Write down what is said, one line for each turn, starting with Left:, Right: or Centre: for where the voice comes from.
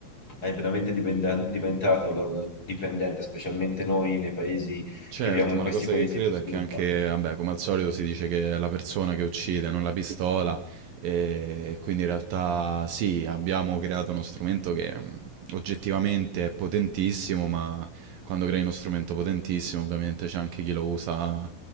Left: è veramente dipenda- diventato la- dipendente, specialmente noi nei paesi
Right: Certo,
Left: che viviamo in
Right: ma
Left: questi
Right: la cosa
Left: paesi
Right: che credo
Left: più sviluppati.
Right: è che anche, vabbè, come al solito si dice che è la persona che uccide, non la pistola, e, e quindi in realtà sì, abbiamo creato uno strumento che mh, oggettivamente è potentissimo, ma quando crei uno strumento potentissimo ovviamente c'è anche chi lo usa